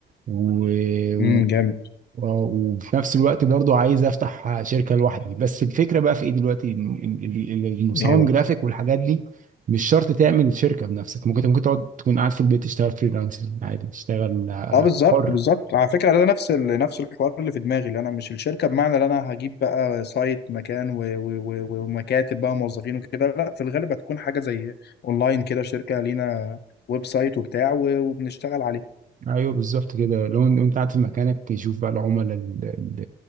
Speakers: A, on the right; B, on the left.
A: و... و...
B: امم جامد
A: وفي نفس الوقت برضو عايز افتح شركة لوحدي بس الفكرة بقى في ايه دلوقتي إن- إن- إن المصمم
B: ايه بقى
A: جرافيك والحاجات دي مش شرط تعمل شركة بنفسك ممكن ممكن تقعد تكون قاعد في البيت تشتغل فريلانسر عادي تشتغل
B: اه بالظبط
A: حر
B: بالظبط على فكره ده نفس ال... نفس الحوار اللي في دماغي اللي انا مش الشركه بمعنى ان انا هجيب بقى سايت مكان و... و... و... ومكاتب بقى موظفين وكده لا في الغالب هتكون حاجه زي اونلاين كده شركه لينا ويب سايت وبتاع و... وبنشتغل عليه
A: ايوه بالظبط كده لو إن- انت قاعد في مكانك تشوف بقى العملاء ال- ال-